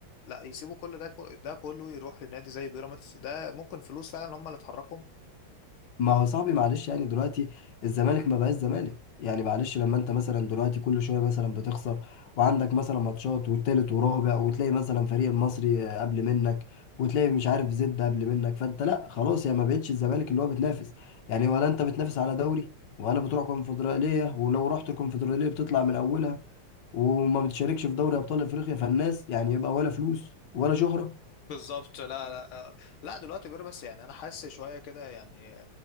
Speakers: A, on the left; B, on the left.
A: لا يسيبوا كل ده ده كله يروح لنادي زي بيراميدز ده ممكن فلوس فعلا هم اللي تحركهم
B: ما هو صاحبي معلش يعني دلوقتي الزمالك ما بقاش زمالك يعني معلش لما انت مثلا دلوقتي كل شويه مثلا بتخسر وعندك مثلا ماتشات والتالت ورابع وتلاقي مثلا فريق المصري قبل منك وتلاقي مش عارف زد قبل منك فانت لا خلاص يعني ما بقتش الزمالك اللي هو بتنافس يعني ولا انت بتنافس على دوري ولا بتروح كونفدراليه ولو رحت الكونفدراليه بتطلع من اولها وما بتشاركش في دوري ابطال افريقيا فالناس يعني يبقى ولا فلوس ولا شهره
A: بالظبط لا لا آه، لا دلوقتي بيراميدز يعني انا حاسس شويه كده يعني